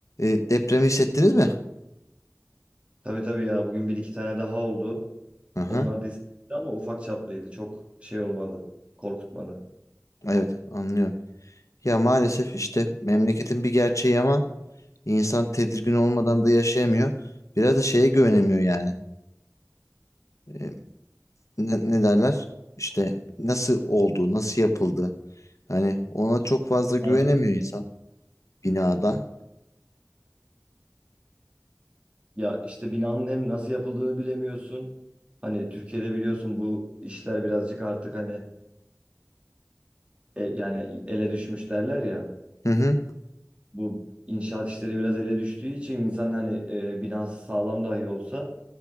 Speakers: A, on the left; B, on the right.
A: E, depremi hissettiniz mi?
B: Tabii tabii ya bugün bir iki tane daha oldu.
A: Aha,
B: Onlar da İstanbul'da ama ufak çaplıydı. Çok şey olmadı. Korkutmadı.
A: evet anlıyorum. Ya maalesef işte memleketin bir gerçeği ama insan tedirgin olmadan da yaşayamıyor. Biraz da şeye güvenemiyor yani. E, ne, ne derler? İşte nasıl oldu, nasıl yapıldı? Hani ona çok fazla güvenemiyor
B: Nerede?
A: insan binada.
B: Ya işte binanın hem nasıl yapıldığını bilemiyorsun. Hani Türkiye'de biliyorsun bu işler birazcık artık hani e, yani ele düşmüş derler ya.
A: Hı hı,
B: Bu inşaat işleri biraz ele düştüğü için insan hani e, binası sağlam dahi olsa